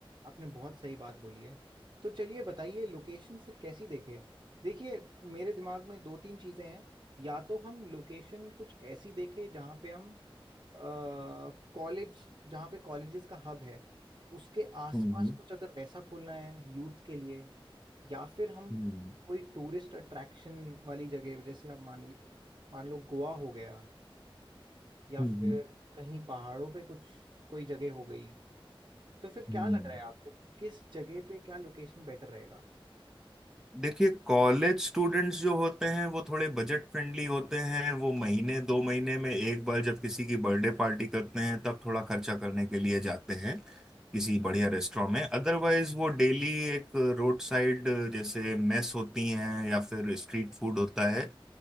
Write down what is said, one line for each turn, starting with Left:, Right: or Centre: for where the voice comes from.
Right: आपने बहुत सही बात बोली है तो चलिए बताइए लोकेशन फिर कैसी देखे देखिए मेरे दिमाग में दो तीन चीज़ें हैं या तो हम लोकेशन कुछ ऐसी देखें जहाँ पे हम कॉलेज जहाँ पे कॉलेजेस का हब है उसके आसपास
Centre: हम्म हम्म
Right: कुछ अगर वैसा खोलना है यूथ के लिए या फिर हम
Centre: हम्म
Right: कोई टूरिस्ट अट्रैक्शन वाली जगह जैसे आप मान लो मान लो गोवा हो गया या
Centre: हम्म
Right: फिर कहीं पहाड़ों पे कुछ कोई जगह हो गई तो फिर क्या
Centre: हम्म।
Right: लग रहा है आपको किस जगह पे क्या लोकेशन बेटर रहेगा
Centre: देखिए कॉलेज स्टूडेंट्स जो होते हैं वो थोड़े बजट फ्रेंडली होते हैं वो महीने दो महीने में एक बार जब किसी की बर्थडे पार्टी करते हैं तब थोड़ा खर्चा करने के लिए जाते हैं किसी बढ़िया रेस्टोरेंट में अदरवाइज वो डेली एक रोड साइड जैसे मेस होती हैं या फिर स्ट्रीट फूड होता है